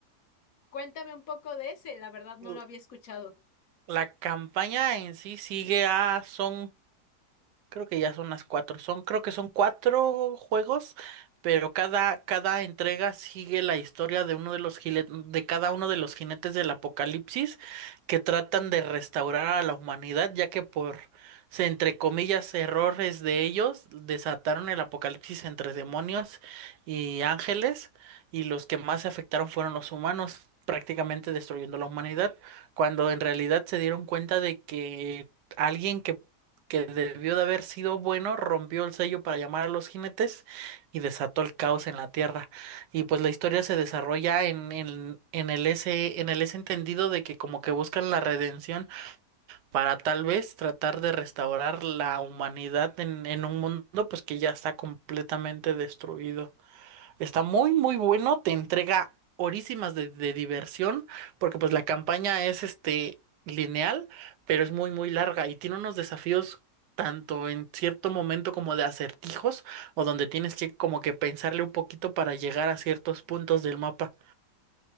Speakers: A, on the left; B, on the right.
A: Cuéntame un poco de ese, la verdad no
B: Mm.
A: lo había escuchado.
B: La campaña en sí sigue a, son Creo que ya son las cuatro. Son, creo que son cuatro juegos, pero cada, cada entrega sigue la historia de uno de los jile- de cada uno de los jinetes del apocalipsis que tratan de restaurar a la humanidad, ya que por, se, entre comillas, errores de ellos, desataron el apocalipsis entre demonios y ángeles, y los que más se afectaron fueron los humanos, prácticamente destruyendo la humanidad, cuando en realidad se dieron cuenta de que alguien que que debió de haber sido bueno, rompió el sello para llamar a los jinetes y desató el caos en la Tierra. Y pues la historia se desarrolla en, en, en el ese, en el ese entendido de que como que buscan la redención para tal vez tratar de restaurar la humanidad en, en un mundo pues que ya está completamente destruido. Está muy, muy bueno, te entrega horísimas de, de diversión, porque pues la campaña es este lineal, pero es muy, muy larga y tiene unos desafíos tanto en cierto momento como de acertijos, o donde tienes que como que pensarle un poquito para llegar a ciertos puntos del mapa.